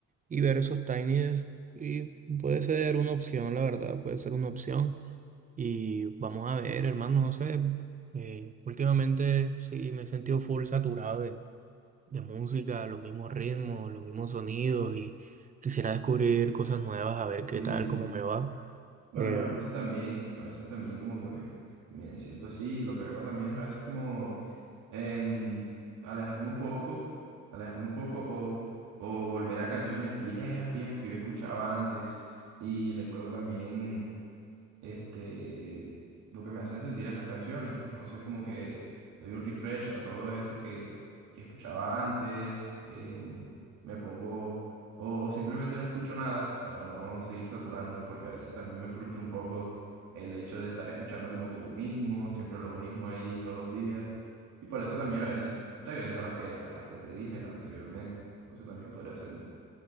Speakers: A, on the right (about 25°); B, on the right (about 80°).
A: y ver esos tinies. Y puede ser una opción, la verdad, puede ser una opción. Y vamos a ver, hermano, no sé. eh, últimamente sí me he sentido full saturado de, de música, los mismos ritmos, los mismos sonidos y quisiera descubrir cosas nuevas, a ver qué
B: sí
A: tal, cómo me va.
B: bueno,
A: Em,
B: yo a veces también, a veces también como que me, me siento así. Lo que hago también es a veces como em, alejarme un poco, alejarme un poco o, o volver a canciones viejas, viejas que yo escuchaba antes. Y recuerdo también este, lo que me hacen sentir esas canciones. Entonces, como que doy un refresh a todo eso que, que escuchaba antes, em, me pongo, o, o simplemente no escucho nada para no seguir saturándome, porque a veces también me frustra un poco el hecho de estar escuchando como que lo mismo, siempre lo mismo ahí todos los días. Y por eso también a veces regreso a las que, a las que te dije anteriormente. Entonces también podría ser un,